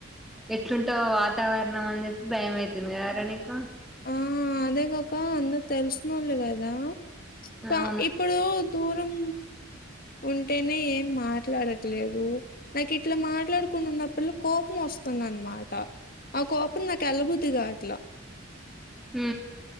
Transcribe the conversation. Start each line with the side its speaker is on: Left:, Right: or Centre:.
Centre: ఎట్లుంటో వాతావరణం అని చెప్పి భయమవుతుంది కారనిక
Left: ఆ అదేగాక అందరు తెలిసిన వాళ్ళు కదా కా
Centre: అవును
Left: ఇప్పుడు దూరం ఉంటేనే ఏం మాట్లాడట్లేదు నాకు ఇట్లా మాట్లాడుకుంన్న పిల్ల కోపం వస్తుంది అనమాట ఆ కోపం నాకు ఎల్లబుద్దిగా అట్లా
Centre: హ